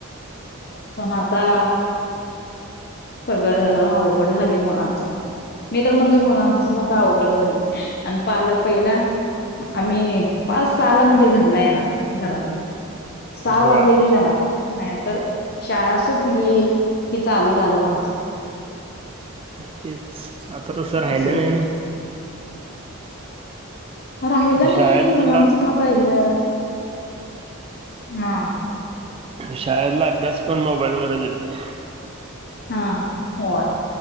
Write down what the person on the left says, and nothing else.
पण आता सगळं अवघड झालय मुलाचं. मी तर म्हणतोय मुलांच आता अवघडच झालंय. आणि पाल पहिला आम्ही पाच सहाला म्हणजे घरला येणार, घरातन सहा
वाजलं की घरात, नाही तर शाळा सुटली की चालू झालंच आमचं.
असं होत
राहिलं
नाही मुलांचं पण आता हे हां
हां होय